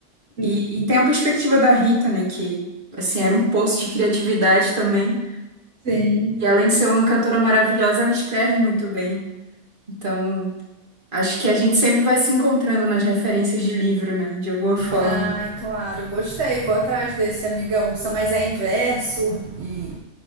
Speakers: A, on the right; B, on the right.
A: Hum.
B: e, e tem a perspectiva da Rita, né, que, assim, era um poço de criatividade também.
A: Sim.
B: E além de ser uma cantora maravilhosa, ela escreve muito bem. Então, acho que a gente sempre vai se encontrando nas referências de livro, né, de alguma forma.
A: Ai, claro, gostei. Vou atrás desse Amiga Ursa, mas é inverso e